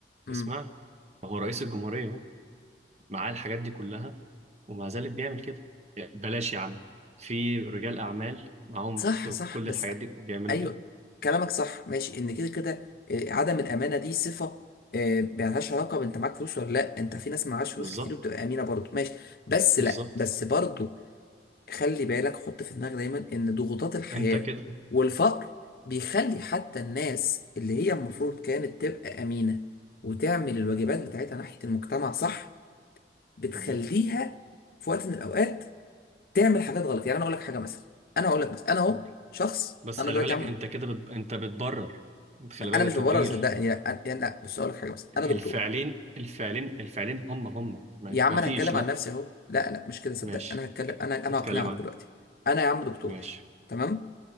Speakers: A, on the left; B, on the right.
A: امم
B: اسمعني هو رئيس الجمهورية اهو معاه الحاجات دي كلها ومع ذلك بيعمل كده بلاش يا عم في رجال أعمال معاهم
A: صح
B: ك-
A: صح
B: كل
A: بس
B: الحاجات دي وبيعملوا
A: ايوه
B: كده
A: كلامك صح ماشي ان كده كده آه، عدم الامانه دي صفه آه، يعني ملهاش علاقه بانت معاك فلوس ولا لا انت في ناس معهاش
B: بالظبط
A: فلوس كتير وبتبقى امينه برضه ماشي بس
B: بالظبط
A: لا بس برضه خلي بالك حط في دماغك دايما ان ضغوطات الحياة
B: انت كده
A: والفقر بيخلي حتى الناس اللي هي المفروض كانت تبقى أمينة وتعمل الواجبات بتاعتها ناحية المجتمع صح بتخليها
B: مهم.
A: في وقت من الأوقات تعمل حاجات غلط يعني أنا أقول لك حاجة مثلا أنا أقول لك مثلا أنا أهو
B: قول.
A: شخص
B: بس
A: أنا
B: خلي
A: دلوقتي
B: بالك
A: عم
B: انت كده بت... انت بتبرر انت خلي بالك
A: أنا
B: ده
A: مش ببرر
B: تبرير
A: صدقني لا أنا- يعني لا بس أقول لك حاجة مثلا
B: الفعلين
A: أنا دكتور
B: الفعلين الفعلين هم هم ما
A: يا عم
B: ما
A: انا
B: فيش
A: هتكلم
B: لا
A: عن نفسي اهو لا لا مش كده صدق
B: ماشي
A: انا هتكلم انا
B: اتكلم
A: انا هقنعك
B: عنه
A: دلوقتي انا يا عم دكتور
B: ماشي
A: تمام